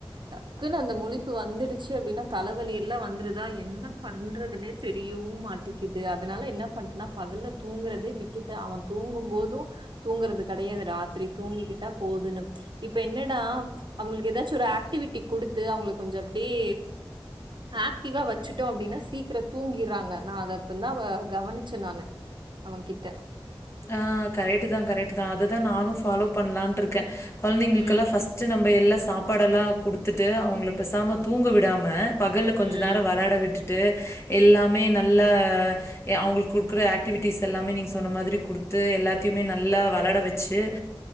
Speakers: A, on the right; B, on the left.
A: டக்குன்னு அந்த முழிப்பு வந்துடுச்சு அப்டின்னா தலைவலி எல்லா வந்ருதா என்னப் பண்றதுனே தெரியவு மாட்டிக்குது அதனால என்ன பண்றனா பகல்ல தூங்குறதே விட் டுட்டே அவ தூங்கும் போது தூங்குறது கெடையாது ராத்திரி தூங்கிக்கிட்டா போதுன்னு இப்ப என்னடா அவுங்களுக்கு ஏதாச்சு ஒரு ஆக்டிவிட்டி குடுத்து அவுங்களுக்கு கொஞ்சோ அப்டியே ஆக்டீவா வச்சு விட்டோ அப்டின்னா சீக்ரோ தூங்கிட்றாங்க நா அத அப்ப தா கவனிச்ச நானு அவே கிட்ட
B: ஆ கரெட்டு தா கரெட்டு தா அதுதா நானு ஃபாலோ பண்லான்ட்ருக்கே கொழ்ந்தைங்களுக்குக்கல்லா
A: ம்.
B: ஃபஸ் ச்ச நம்ப எல்லா சாப்பாடல்லா குடுத்துட்டு அவ்ங்ள பேசாம தூங்க விடாம பகல்ல கொஞ்சு
A: ம்.
B: நேரா வெளாட விட்ரு டு எல்லாமே நல்ல எ அவ்ங்ளுக் குடுக்ற ஆக்டிவிட்டிஸ் எல்லாமே நீங் சொன்ன மாதிரி குடுத்து எல்லாத்யுமே நல்லா வெளாட வெச்சு